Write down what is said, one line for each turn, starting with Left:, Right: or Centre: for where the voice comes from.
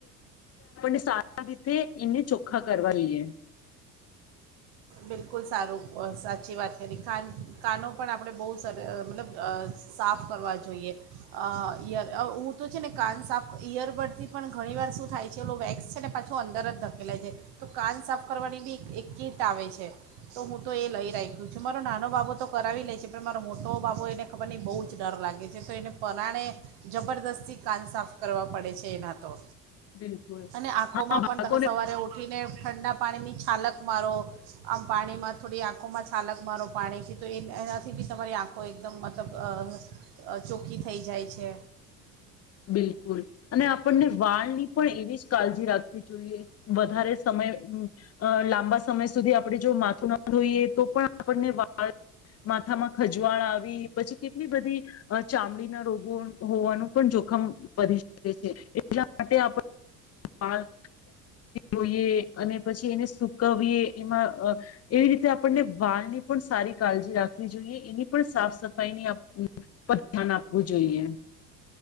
Left: <unintelligible> આ રીતે એને ચોખ્ખા કરવા લઈએ.
Right: બિલકુલ સારું સાચી વાત કરી કાન કાનો પણ આપણે બહુ સર મતલબ સાફ કરવા જોઈએ. અ યર હું તો છે ને કાન સાફ ઈયર પરથી પણ ઘણી વાર શું થાય છે એ વેક્સ છે ને પાછું અંદર જ ધકેલાય છે તો કાન સાફ કરવાની બી એક કીટ આવે છે. તો હું તો એ લઈ રાખ્યો છું મારો નાનો બાબો તો કરાવી લે છે પણ મારો મોટો બાબો એને ખબર ની બહુ જ ડર લાગે છે. <unintelligible> એને પરાણે જબરદસ્તી કાન સાફ કરવા પડે છે એના તો
Left: બિલકુલ
Right: અને આંખોમાં
Left: હા બાળકો
Right: પણ તમે સવારે ઉઠીને ઠંડા પાણીની છાલક મારો આમ પાણીમાં થોડી આંખોમાં છાલક મારો પાણીથી તો એ એનાથી બી તમારી આંખો એક <unintelligible> ચોખ્ખી થઈ જાય છે.
Left: બિલકુલ અને આપણને વાળની પણ એવી જ કાળજી રાખવી જોઈએ વધારે સમય અ લાંબા સમય સુધી આપણે જો માથું ના ધોઈએ તો પણ આપણને વાળ માથામાં ખજવાળ આવી પછી કેટલી બધી ચામડીના રોગો હોવાનું પણ જો ખમ વધી જાય છે. એટલા માટે આપડે વાળ ધોઇએ અને પછી એને સુકવીએ એમાં એવી રીતે આપણને વાળની પણ સારી કાળજી રાખવી જોઈએ એની પણ સાફ સફાઈની પર આપવું જોઈએ